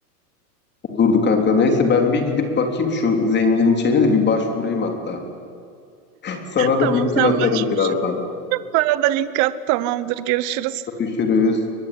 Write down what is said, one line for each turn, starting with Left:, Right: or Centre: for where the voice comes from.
Left: Olurdu kanka. Neyse ben bir gidip bakayım şu zenginin şeyine de bir başvurayım hatta. Sana da
Right: Tamam
Left: linkini
Right: sen
Left: atarım
Right: başvur.
Left: birazdan.
Right: Bana da link at. Tamamdır, görüşürüz.
Left: Görüşürüz.